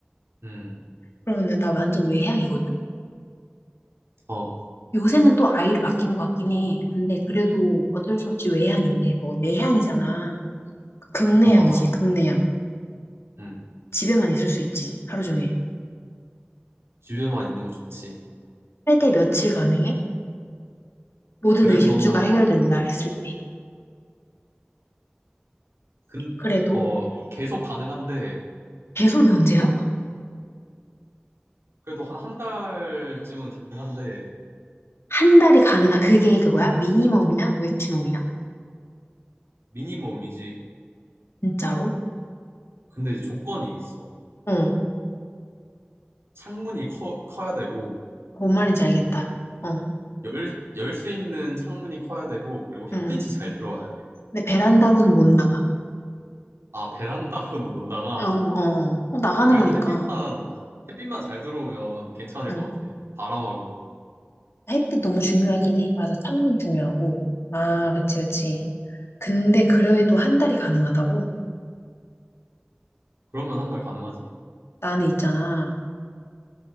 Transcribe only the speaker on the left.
그러면은 나 완전 외향이거든?
요새는 또 I로 바뀐 것 같긴 해. 근데 그래도 어쩔 수 없이 외향인데 뭐 내향이잖아. 극내향이지,
극내향.
집에만 있을 수 있지, 하루 종일.
할 때 며칠 가능해? 모든
의식주가 해결된다 했을 때.
그래도
배속이 언제야?
한 달이 가능한, 그게 그거야? 미니멈이야? 무액치멈이야?
진짜로?
응.
뭔 말인지 알겠다. 어. 응.
응.
근데 베란다로는 못 나가.
어, 어. 어, 나가는
거니까.
응.
햇빛 너무 중요하긴 해. 맞아, 창문 중요하고. 아, 그치, 그치. 근데 그래도 한 달이 가능하다고?
나는 있잖아.